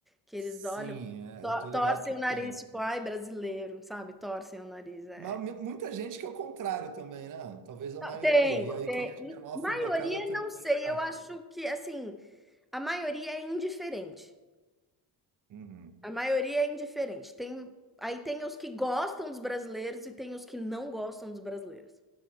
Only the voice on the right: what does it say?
sim,
é,
eu tô ligado
que
tem.
Mas mi- muita gente que é o contrário também, né? Talvez a
maioria.
E aí
quem é xenófobo
acaba tendo
mais destaque.
Uhum,